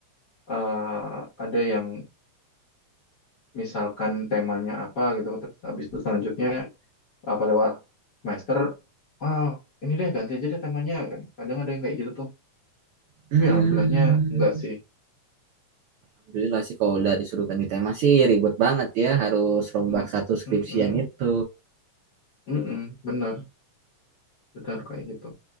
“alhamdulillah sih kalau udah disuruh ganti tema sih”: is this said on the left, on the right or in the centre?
Right